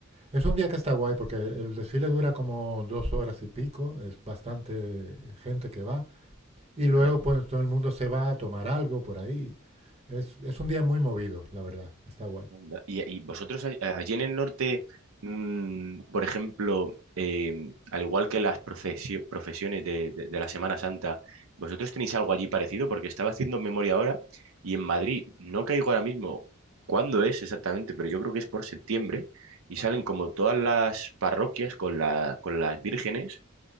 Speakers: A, on the right; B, on the right.
A: Es un día que está guay porque el, el desfile dura como dos horas y pico, es bastante gente que va y luego
B: fíjate.
A: pues todo el mundo se va a tomar algo por ahí. Es, es un día muy movido, la verdad, está guay.
B: Anda. Y, y vosotros all- allí en el norte, mm, por ejemplo, eh, al igual que las procesio- profesiones de, de- de la Semana Santa, ¿vosotros tenéis algo allí parecido? Porque estaba haciendo memoria ahora y en Madrid, no caigo ahora mismo cuándo es exactamente, pero yo creo que es por septiembre y salen como todas las parroquias con la, con las vírgenes